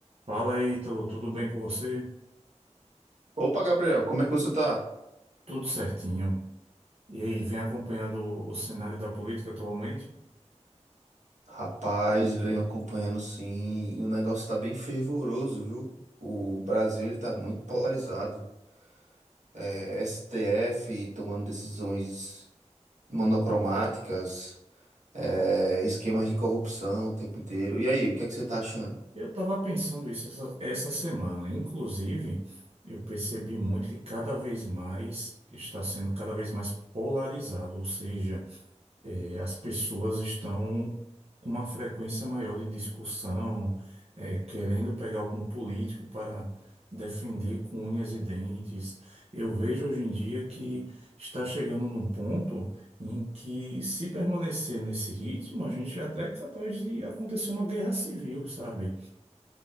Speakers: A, on the right; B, on the right.
A: Fala aí, tudo, tudo bem com você?
B: Opa, Gabriel, como é que você tá?
A: Tudo certinho. E aí, vem acompanhando o, cenário da política atualmente?
B: Rapaz, venho acompanhando sim, e o negócio tá bem fervoroso, viu? O Brasil ele tá muito polarizado. É, STF tomando decisões monocromáticas, é, esquemas de corrupção o tempo inteiro. E aí, o que é que você tá achando?
A: Eu estava pensando isso essa, essa semana. Inclusive, eu percebi muito que cada vez mais está sendo cada vez mais polarizado, ou seja, eh, as pessoas estão com uma frequência maior de discussão, eh, querendo pegar algum político para defender com unhas e dentes. Eu vejo hoje em dia que está chegando num ponto em que, se permanecer nesse ritmo, a gente até é capaz de acontecer uma guerra civil, sabe?